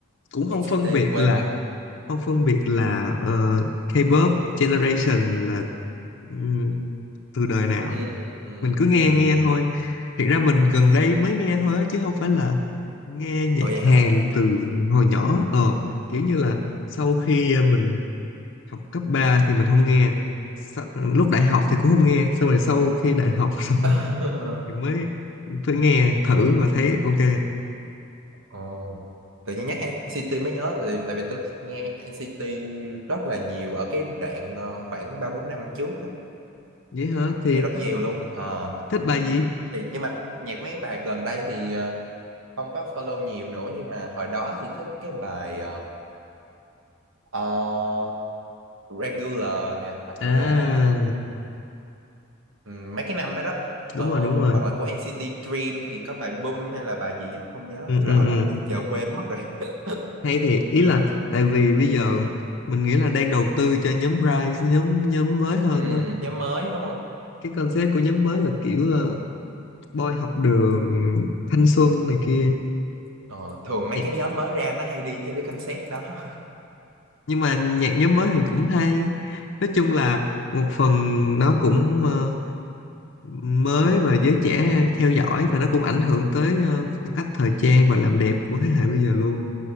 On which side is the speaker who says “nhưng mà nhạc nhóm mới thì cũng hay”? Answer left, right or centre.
Left